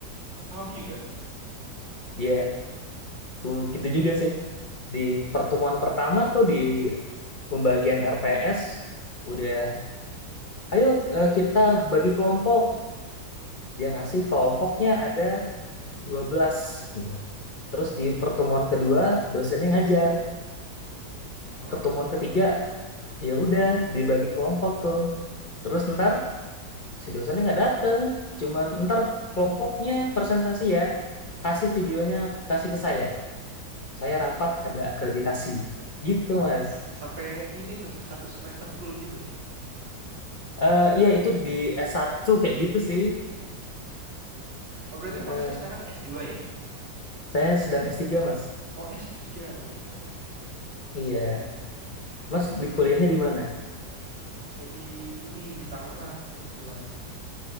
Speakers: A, on the right; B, on the left.
A: kamu juga
B: Iya, aku
A: wah
B: gitu
A: jangan.
B: juga sih. Di pertemuan pertama tuh di pembagian RPS udah, ayo eh, kita bagi kelompok. Dia ngasih
A: Mm-mm.
B: kelompoknya ada 12 gitu. Terus di pertemuan kedua dosennya ngajar.
A: oh
B: pertemuan ketiga ya udah dibagi kelompok tuh terus ntar si dosennya nggak dateng cuman ntar kelompoknya presentasi ya kasih videonya kasih ke saya saya
A: waduh
B: rapat ada akreditasi gitu mas
A: Sampai ini tuh, satu semester full gitu.
B: Eh iya itu di s satu kayak gitu sih
A: Oh, berarti
B: Eh,
A: Masnya
B: eh.
A: sekarang s dua ya?
B: saya sedang s tiga mas
A: Oh, s tiga, Wih, keren keren keren.
B: iya
A: Eh, tapi
B: mas di kuliahnya di mana
A: saya di ini di Tangerang kebetulan.